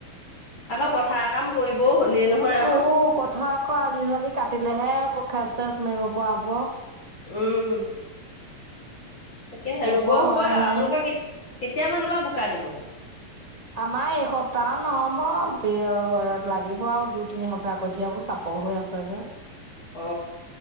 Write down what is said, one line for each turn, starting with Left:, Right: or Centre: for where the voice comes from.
Left: আকৌ পথাৰ কাম কৰিবও হ'লেই নহয়
Right: উ
Left: আৰু
Right: পথাৰ আকৌ আলি চালি কাটিলেহে খেচ চেচ মাৰিব পৰাব
Left: উম তাকে হে ৰুব
Right: পৰা
Left: হব
Right: হোৱা
Left: আপোনালোকৰ
Right: নাই
Left: কি কেতিয়ামানৰপৰা বোকা দিব
Right: আমাৰ এসপ্তাহ নহব লাগিব আৰু দুই তিনি সপ্তাহ কঠিয়াবোৰ চাব <unintelligible>
Left: অ